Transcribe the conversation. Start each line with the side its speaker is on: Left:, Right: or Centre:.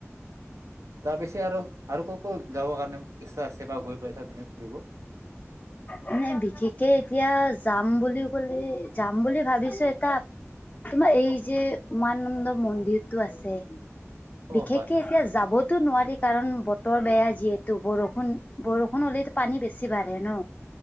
Right: তাৰ পিছে আৰু আৰু ক' ক' যাবৰ কাৰণে ইচ্ছা আছে বা গৈ পাইছা তুমি ফুৰিব?
Left: মানে বিশেষকে এতিয়া যাম বুলিও কলে যাম বুলি ভাবিছোঁ এটা তোমাৰ এই যে উমানন্দ মন্দিৰটো আছে,
Right: অ
Left: বিশেষকে
Right: হয় হয়
Left: এতিয়া যাবতো নোৱাৰি কাৰণ বতৰ বেয়া যিহেতু বৰষুণ, বৰষুণ হ'লেতো পানী বেছি বাঢ়ে ন'।